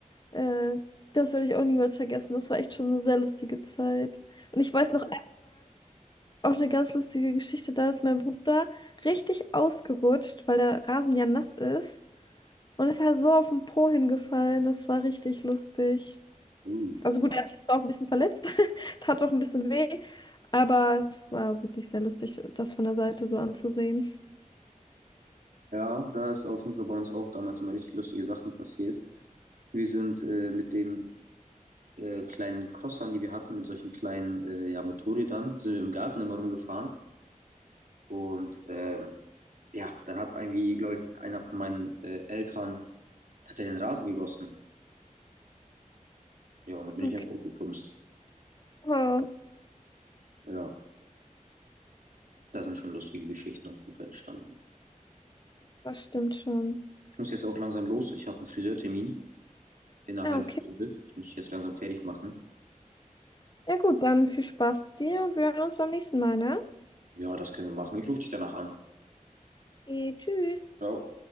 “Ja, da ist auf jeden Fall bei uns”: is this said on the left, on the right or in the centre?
Right